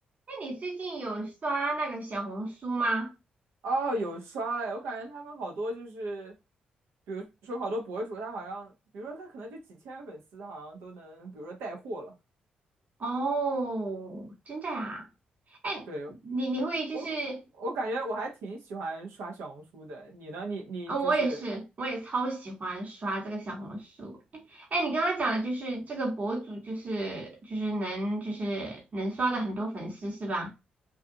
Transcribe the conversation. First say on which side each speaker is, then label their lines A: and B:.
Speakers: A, on the right (about 40°); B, on the right (about 75°).
A: 那你最近有刷那个小红书吗？
B: 哦，有刷哎，我感觉他们好多就是，比如说好多博主，他好像，比如说他可能就几千个粉丝，他好像都能，比如说带货了。
A: 哦，真的呀？哎，
B: 对，
A: 你你会就是，
B: 我，我感觉我还挺喜欢刷小红书的。你呢？你你就是，
A: 嗯，我也是，我也超喜欢刷这个小红书。哎，哎，你刚刚讲的就是这个博主，就是就是能就是能刷到很多粉丝是吧？